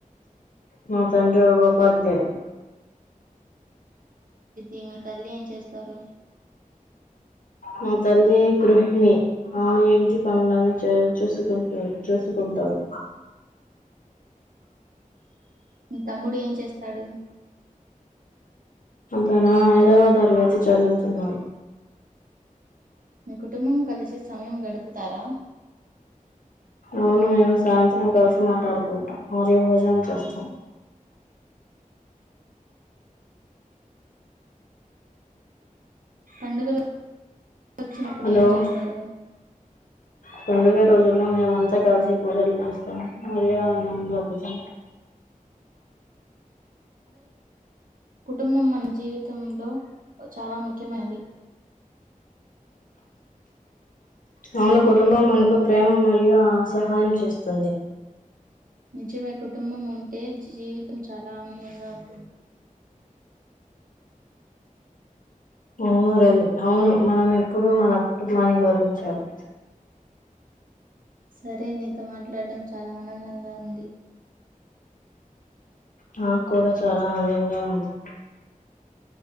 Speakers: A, on the left (about 70°); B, on the right (about 75°).
A: మా తండ్రి ఒక ఉపాద్యాయుడు
B: ఈమె తల్లి ఏం చేస్తారు <inaudible> <unintelligible>
A: మా తల్లి గృహిణి ఆమే ఇంటి పనులన్ని చేయు చూసుకుంటు చూసు ఉంటారు
B: మీ తమ్ముడు ఏం చేస్తాడు
A: అంతేనా ఐదవ తరగతి చదువుతున్నారు.
B: మీ కుటుంబం కలిసి సమయం గడుపుతారా?
A: అవును సాయంత్రం కలిసి మాట్లాడుకుంటాం, రోజు <unintelligible> భోజనం చేస్తాం
B: పండుగలొచ్చినప్పుడు
A: హలో
B: ఏం చేస్తారు?
A: పండుగ రోజుల్లో మేమంతా కలిసి పూజలు చేస్తాము <unintelligible>
B: కుటుంబం మన జీవితంలో చాలా ముఖ్యమైనది.
A: అవును కుటుంబం మనకు ప్రేమ మరియు ఆ సహాయం చేస్తుంది.
B: నిజమే కుటుంబం ఉంటే జీవితం చాలా ఆనందంగా ఉంటుంది
A: అవును రవి అవును మనం ఎప్పుడు మన కుటుంబాన్ని గౌరవించాలి
B: సరే నీతో మాట్లాడ్డమ్ చాలా ఆనందంగా ఉంది.
A: నాక్కుడా చాలా అందంగా ఉంది.